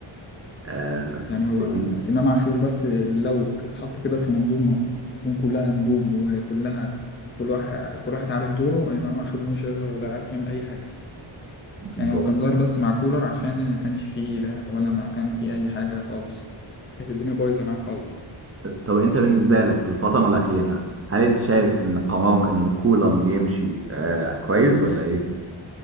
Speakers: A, on the right (about 30°); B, on the left (about 25°).
A: آه في
B: يعني
A: الحتة
B: هو
A: دي
B: إمام عاشور بس لو اتحط كده في منظومة تكون كلها نجوم وكلها كل واحد كل واحد عارف دوره إمام عاشور مش هيظهر ولا هيعرف يعمل أي حاجة
A: بالظبط
B: يعني هو كان ظاهر بس مع كولر عشان ما كانش فيه لعب ولا ما كان فيه أي حاجة خالص كانت الدنيا بايظة معاهم خالص
A: طب انت بالنسبة لك في الفترة الأخيرة هل انت شايف ان قرار ان كولر يمشي آه كويس ولا ايه؟